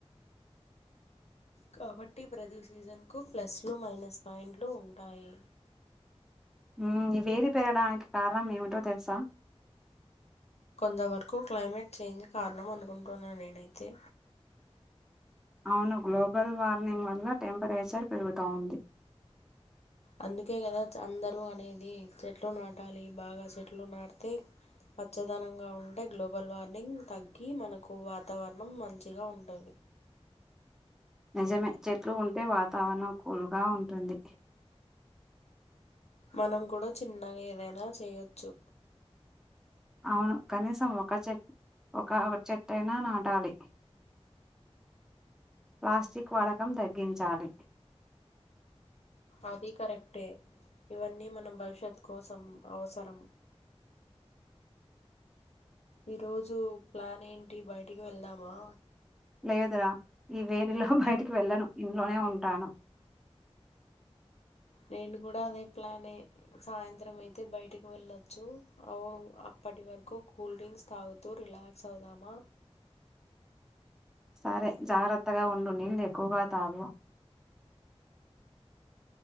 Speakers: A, on the left (about 75°); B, in the centre.
A: కాబట్టి ప్రతి సీజన్ కు ప్లస్లు మైనస్ పాయింట్లు ఉంటాయి
B: మ్మ్ ఈ వేడి పెరడానికి కారణం ఏమిటో తెలుసా
A: కొంతవరకు క్లైమేట్ చేంజ్ కారణం అనుకుంటున్నా నేనైతే
B: అవును గ్లోబల్ వార్మింగ్ వల్ల టెంపరేచర్ పెరుగుత ఉంది
A: అందుకే కదా అందరు అనేది చెట్లు నాటాలి బాగా చెట్లు నాటితే పచ్చదనంగా ఉంటే గ్లోబల్ వార్మింగ్ తగ్గి మనకు వాతావరణం మంచిగా ఉంటుంది
B: నిజమే చెట్లు ఉంటే వాతావరణం కూల్గా ఉంటుంది
A: మనం కూడా చిన్నగా ఏదైనా చేయొచ్చు
B: అవును కనీసం ఒక చెట్ ఒక చెట్టైన నాటాలి ప్లాస్టిక్ వడకం తగ్గించాలి
A: అది కరెక్టే ఇవన్నీ మన భవిష్యత్ కోసం అవసరం ఈరోజు ప్లాన్ ఏంటి బయటికి వెళ్దామా
B: లేదు రా ఈ వేడిలో బయటికి వెళ్ళను ఇంట్లోనే ఉంటాను
A: నేను కూడా అదే ప్లానే సాయంత్రం అయితే బయటికి వెళ్ళొచ్చు అవును అప్పటి వరకు కూల్ డ్రింక్స్ తాగుతూ రిలాక్స్ అవుదామా
B: సరే జాగ్రత్తగా ఉండు నీళ్ళు ఎక్కువగా తాగు